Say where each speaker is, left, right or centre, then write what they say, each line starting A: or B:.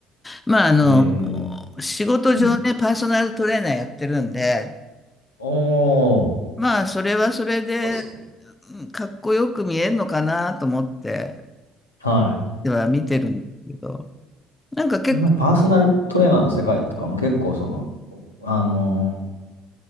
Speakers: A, on the left; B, on the left.
A: まあ、あの、
B: えー、
A: 仕事上ね、
B: うん。
A: パーソナルトレーナーやってるんで、
B: おー、す
A: まあ、それはそれで、
B: ごいですね。
A: うんかっこよく見えるのかなと思って、
B: は
A: では見てるんですけど、なんか結構
B: い。なんかパーソナルトレーナーの世界とかも結構その、あのー